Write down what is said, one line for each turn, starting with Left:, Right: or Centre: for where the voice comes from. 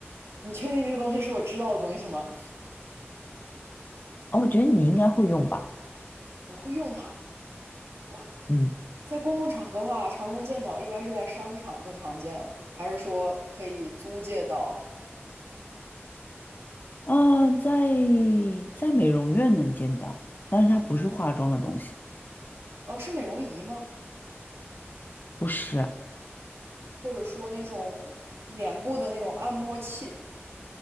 Right: 你确定这个东西是我知道的东西吗？
Left: 哦，我觉得你应该会用吧。
Right: 我会用它。哇，
Left: 嗯，
Right: 在公共场合的话，常能见到，一般是在商场更常见，还是说可以租借到？
Left: 呃，在在美容院能见到，但是它不是化妆的东西，
Right: 哦，是美容仪吗？
Left: 不是。
Right: 或者说那种脸部的那种按摩器？